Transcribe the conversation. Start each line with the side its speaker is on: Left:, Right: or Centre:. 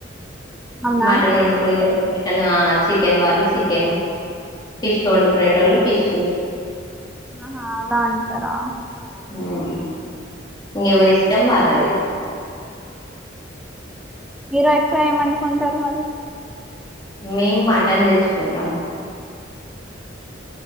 Centre: అవునా
Left: మటన్ వండుకుంటాం మటన్ ఆ చికెన్ వాళ్ళు చికెను ఫిష్ వండుకునేటోలు ఫిష్
Centre: ఆహా అలా అంటారా
Left: హ్మ్ ఇంగ ఎవరి ఇష్టం వాళ్ళది
Centre: మీరు ఎక్కువ ఏమనుకుంటారు మరి
Left: మేం మటన్ తెచ్చుకుంటాం